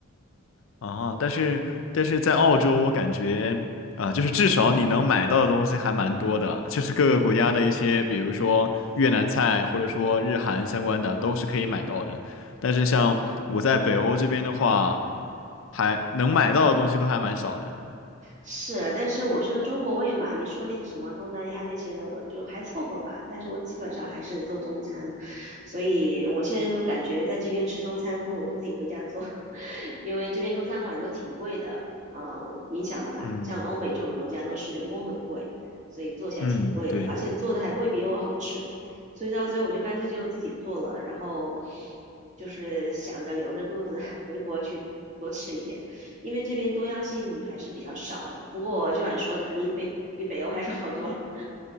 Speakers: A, on the left (about 65°); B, on the right (about 35°).
A: 啊，但是但是在澳洲，我感觉啊、就是至少你能买到的东西还蛮多的，就是各个国家的一些，比如说越南菜或者说日韩相关的，都是可以买到的。但是像我在北欧这边的话，还能买到的东西都还蛮少的。
B: 是，但是我是个中国胃嘛，你说那些什么东南亚那些的，我就还凑合吧。但是我基本上还是做中餐，所以我现在就感觉在这边吃中餐，不如我自己回家做，<laughs> 因为这边中餐馆都挺贵的。呃，你想嘛，
A: 嗯
B: 像欧美这种国家都是人工很贵，所以做起来挺贵的，
A: 嗯，对。
B: 而且做的还未必有我好吃，所以到最后我就干脆就自己做了，然后就是想着留着肚子 <laughs> 回国去多吃一点。因为这边多样性还是比较少的。不过就像你说的，肯定比比北欧还是好多了。